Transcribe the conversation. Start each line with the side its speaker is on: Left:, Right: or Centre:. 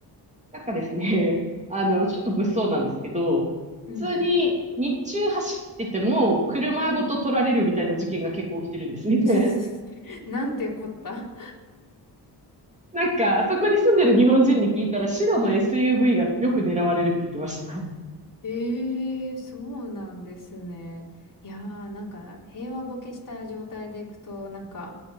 Right: なんかですね、<laughs> あの、ちょっと物騒なんですけど、
Left: うんうん。
Right: 普通に日中走ってても車ごと取られるみたいな事件が結構起きてるんですね。
Left: うん。<laughs> なんてこった。
Right: <laughs> なんか、そこに住んでる日本人に聞いたら、白の SUV がよく狙われるって言ってました。
Left: ええそうなんですね。いやー、なんか平和ボケした状態でいくと、なんか